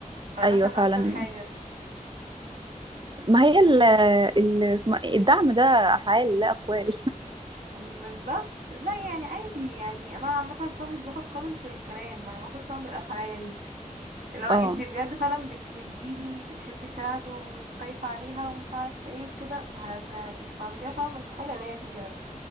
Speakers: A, on the right (about 70°); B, on the right (about 35°).
A: فده
B: ايوه
A: كان
B: فعلا
A: أكتر حاجة
B: ما هي ال ال اسمها إيه؟ الدعم ده افعال لا اقوال
A: أم بالظبط لا يعني عادي يعني انا عامه فعلا مش باخد خالص بالكلام انا باخد فعلا بالافعال
B: <laughs>
A: اللي هو انت
B: اه
A: بجد فعلا بتحبيني بتحبي شهد وخايفه عليها ومش عارفه ايه وكده هتخرجيها فعلا من الحاله اللي هي فيها